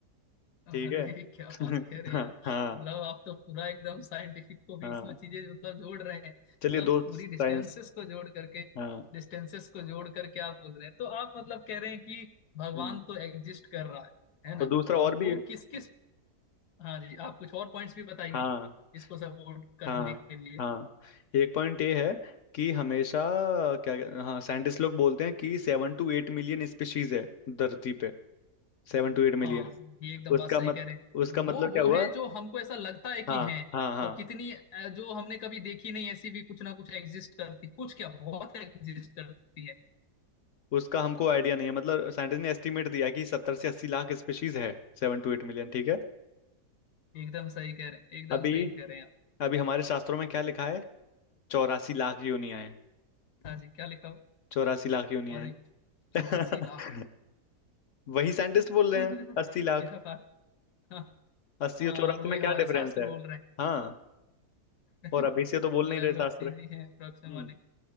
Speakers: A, on the left; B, on the left.
A: अरे
B: ठीक है
A: क्या बात
B: <laughs>
A: कह रहे
B: हाँ
A: हैं यार मतलब
B: हाँ
A: आप तो पूरा एकदम साइंटिफिक को भी
B: हाँ
A: इसमें चीजें मतलब जोड़ रहे हैं मतलब
B: चलिए दो
A: पूरी
B: साइंस
A: डिस्टेंसेस को जोड़ करके
B: हाँ
A: डिस्टेंसेस को जोड़ करके आप बोल रहे हैं तो आप मतलब कह रहे हैं कि भगवान
B: हम्म,
A: तो एग्जिस्ट कर रहा है है
B: तो
A: ना
B: दूसरा और
A: अब वो
B: भी
A: किस किस हाँ जी आप कुछ और पॉइंट्स भी बताइए
B: हाँ
A: इसको सपोर्ट करने
B: हाँ
A: के लिए
B: हाँ एक पॉइंट ये है कि हमेशा क्या हाँ साइंटिस्ट लोग बोलते हैं कि सेवन टू एट मिलियन स्पीशीज है धरती पे सेवन टू एट मिलियन
A: हाँ ये एकदम
B: उसका
A: बात सही
B: मत
A: कह रहे हैं
B: उसका मतलब
A: वो
B: क्या
A: वो
B: हुआ
A: हैं जो हमको ऐसा लगता है
B: हाँ
A: कि हैं
B: हाँ हाँ
A: और कितनी अ, जो हमने कभी देखी नहीं ऐसी भी कुछ ना कुछ एग्जिस्ट करती कुछ क्या बहुत एग्जिस्ट करती है
B: उसका हमको आइडिया नहीं है मतलब साइंटिस्ट ने एस्टिमेट दिया कि सत्तर से अस्सी लाख स्पीशीज है सेवन टू एट मिलियन ठीक है
A: एकदम सही कह रहे हैं एकदम
B: अभी
A: सही कह रहे हैं आप
B: अभी हमारे शास्त्रों में क्या लिखा है चौरासी लाख योनियां हैं
A: हाँ जी क्या लिखा हो
B: चौरासी लाख योनियां
A: अरे
B: हैं
A: चौरासी लाख
B: <laughs> वही साइंटिस्ट बोल
A: <laughs>
B: रहे हैं अस्सी लाख
A: क्या बात हाँ
B: अस्सी
A: हाँ,
B: और चौरासी
A: और वही
B: में क्या
A: हमारे
B: डिफरेंस
A: शास्त्र
B: है
A: बोल रहे हैं
B: हाँ
A: <laughs>
B: और अभी से तो बोल
A: लगभग
B: नहीं रहे शास्त्र
A: सेम ही है अप्रोक्स
B: हम्म
A: माने